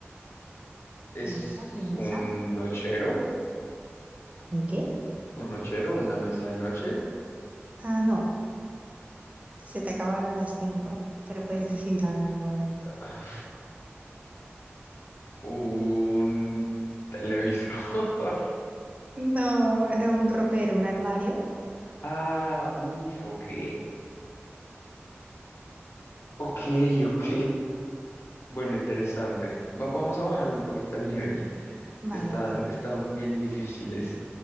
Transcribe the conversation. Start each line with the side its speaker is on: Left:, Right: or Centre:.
Left: ¿es
Right: Piensa, piensa.
Left: un nochero?
Right: ¿En qué?
Left: ¿Un nochero? ¿Una mesa de noche?
Right: Ah, no, se te acabaron las cinco, pero puedes decir algo. a ver.
Left: <sighs> ah, Un televisor. <laughs>
Right: No, era un ropero, un armario.
Left: Ah, uff, ok. Ok, ok. Bueno, interesante. Va- vamos a bajarlo un poquito al nivel.
Right: Vale,
Left: Están,
Right: vale.
Left: están bien difíciles.